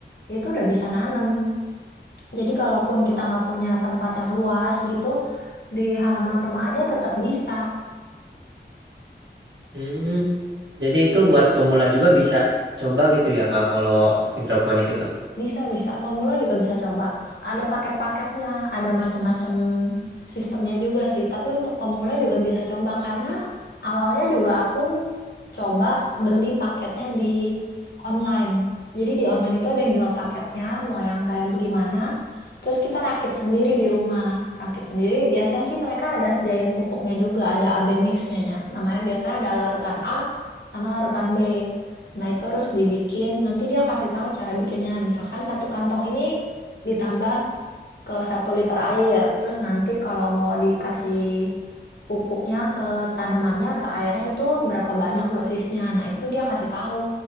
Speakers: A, on the left; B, on the right.
A: itu udah bisa nanam. Jadi kalaupun kita nggak punya tempat yang luas gitu, di halaman rumah aja tetap bisa.
B: Hmm, jadi itu buat pemula juga bisa coba gitu ya Kak kalau hidroponik itu.
A: Bisa, bisa. Pemula juga bisa coba. Ada paket-paketnya, ada macam-macam sistemnya juga sih. Tapi untuk pemula juga bisa coba karena awalnya juga aku coba beli paketnya di online. Jadi di online itu ada yang jual paketnya, mau yang kayak bagaimana. Terus kita rakit sendiri di rumah. Rakit sendiri, biasanya sih mereka ada sediain pupuknya juga, ada AB mixnya. Namanya biasanya ada larutan A sama larutan B. Nah, itu harus dibikin. Nanti dia kasih tahu cara bikinnya. Misalkan satu kantong ini ditambah ke satu liter air. Terus nanti kalau mau dikasih pupuknya ke tanamannya, ke airnya itu berapa banyak dosisnya. Nah, itu dia kasih tahu